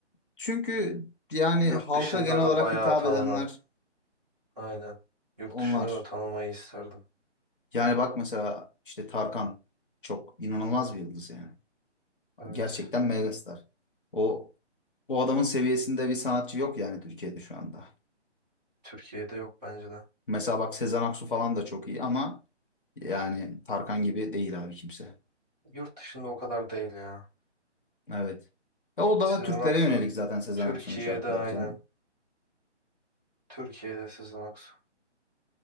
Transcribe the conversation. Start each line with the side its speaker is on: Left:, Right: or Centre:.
Left: Çünkü yani
Centre: Yurt
Left: halka
Centre: dışında
Left: genel olarak
Centre: da bayağı
Left: hitap
Centre: tanınan
Left: edenler
Centre: Aynen. Yurt
Left: onlar.
Centre: dışında da tanımayı isterdim.
Left: Yani bak mesela işte Tarkan çok inanılmaz bir yıldız yani.
Centre: Evet.
Left: Gerçekten megastar. O o adamın seviyesinde bir sanatçı yok yani Türkiye'de şu anda.
Centre: Türkiye'de yok bence de.
Left: Mesela bak Sezen Aksu falan da çok iyi ama Yani Tarkan gibi değil abi kimse.
Centre: Yurt dışında o kadar değil ya.
Left: Evet. Ya o daha
Centre: Sezen
Left: Türklere
Centre: Aksu
Left: yönelik zaten Sezen
Centre: Türkiye'de
Left: Aksu'nun şarkıları
Centre: aynen.
Left: canım.
Centre: Türkiye'de Sezen Aksu.